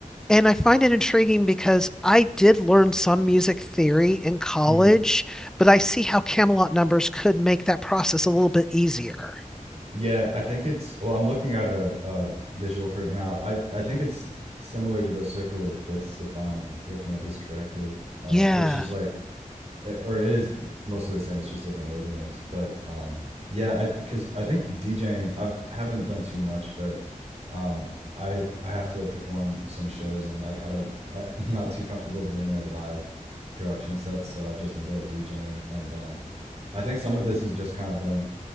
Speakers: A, in the centre; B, on the right.
A: And I find it intriguing because I did learn some music theory in college,
B: hmm
A: but I see how Camelot numbers could make that process a little bit easier.
B: Yeah, I think it's. Well, I'm looking at a, a visual for it now. I I think it's similar to the circle of fifths, if I'm looking at this correctly, um,
A: Yeah.
B: which is like or it is mostly the same. It's just different labelings. But um, yeah, I because I think DJing I've haven't done too much, but um, I I have to perform some shows and like I don't I, <laughs> I'm not too comfortable doing like live production sets, so I've just ended up DJing and um, I think some of this is just kind of done